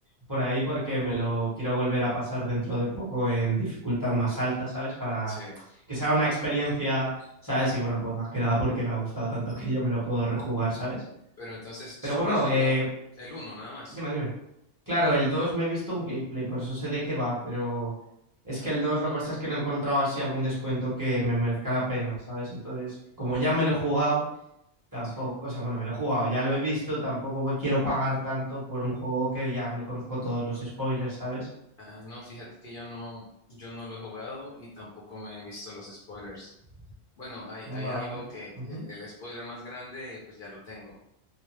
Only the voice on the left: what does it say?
Sí,
pero entonces
solo
has jugado
el uno nada más.
Sí.
Ah, no, fíjate que yo no, yo no lo he jugado y tampoco me he visto los spoilers. Bueno, hay,
hay
algo que
el, el spoiler más grande, pues ya lo tengo.